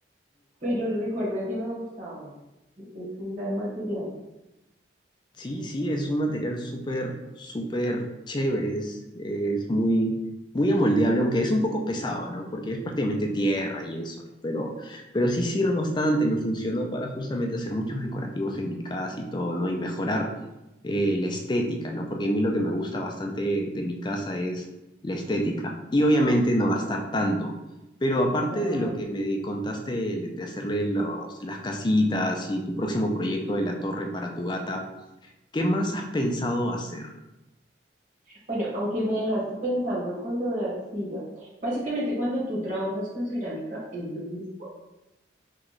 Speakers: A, on the right; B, on the left.
A: Pero recuerdo que me gustaba. Es un gran material.
B: Sí, sí, es un material súper, súper chévere, es, es muy, muy amoldeable, aunque es un poco pesado, ¿no? Porque es prácticamente tierra y eso, ¿no? Pero, pero sí sirve bastante, me funcionó para justamente hacer muchos decorativos en mi casa y todo, ¿no? Y mejorar eh, la estética, ¿no? Porque a mí lo que me gusta bastante de mi casa es la estética. Y obviamente no gastar tanto. Pero aparte
A: Claro.
B: de lo que me di- contaste de de hacerle los, las casitas y tu próximo proyecto de la torre para tu gata, ¿Qué más has pensado hacer?
A: Bueno, aunque me dejaste pensando con lo de arcilla. Básicamente, cuando tú trabajas con cerámica, ¿es lo mismo